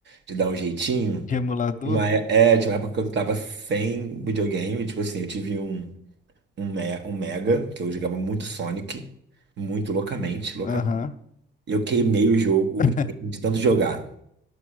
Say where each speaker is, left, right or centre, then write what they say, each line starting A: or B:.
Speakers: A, on the right; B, on the left.
A: de dar um jeitinho.
B: <laughs> De emulador?
A: Tinha Uma, é, é, tinha uma época que eu tava sem videogame, tipo assim, eu tive um, um, me, um Mega, que eu jogava muito Sonic, muito loucamente, loucamente.
B: Aham.
A: E eu queimei o jogo,
B: <laughs>
A: o videogame de tanto jogar.